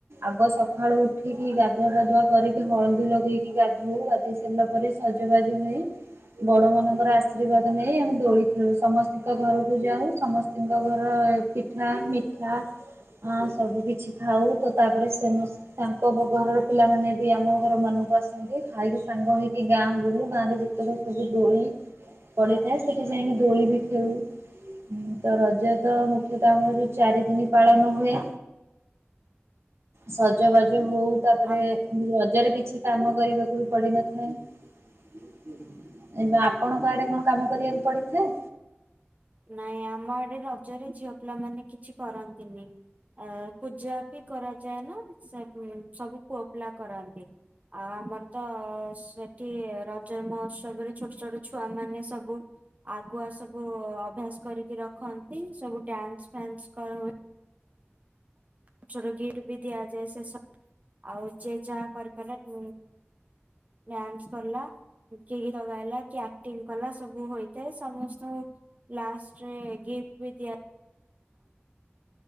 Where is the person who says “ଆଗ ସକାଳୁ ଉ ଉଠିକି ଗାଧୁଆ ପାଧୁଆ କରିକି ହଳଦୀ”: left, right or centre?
Right